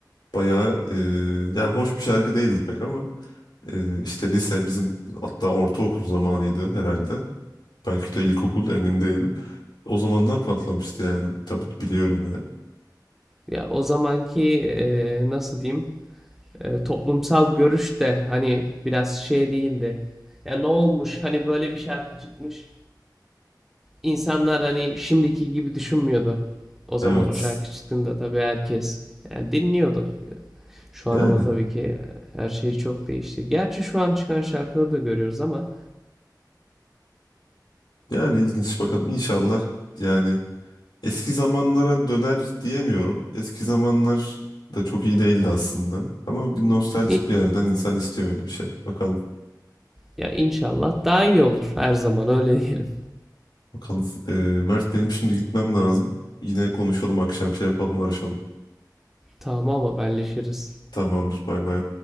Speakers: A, on the left (about 85°); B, in the centre.
A: Bayağı e, yani hoş bir şarkı değildi pek ama e, işte lise bizim hatta ortaokul zamanıydı herhalde. Belki de ilkokul emin değilim. O zamanlar patlamıştı yani. Tabii biliyorum yani.
B: Ya o zamanki e, nasıl diyeyim e, toplumsal görüş de hani biraz şey değildi. Ya ne olmuş hani böyle bir şarkı çıkmış. İnsanlar hani şimdiki gibi düşünmüyordu. O zaman
A: Evet.
B: o şarkı çıktığında tabii herkes yani dinliyordu. Şu an
A: Yani.
B: ama tabii ki her şey çok değişti. Gerçi şu an çıkan şarkıları da görüyoruz ama
A: Yani ilginç bakalım. İnşallah yani eski zamanlara döner diyemiyorum. Eski zamanlar da çok iyi değildi aslında. Ama bir nostaljik
B: İ-
A: bir yerden insan istiyor öyle bir şey. Bakalım.
B: Ya inşallah daha iyi olur her zaman öyle diyelim.
A: Bakalım. Ee, Mert benim şimdi gitmem lazım. Yine konuşalım akşam şey yapalım arışalım.
B: Tamam haberleşiriz.
A: Tamamdır. Bay bay.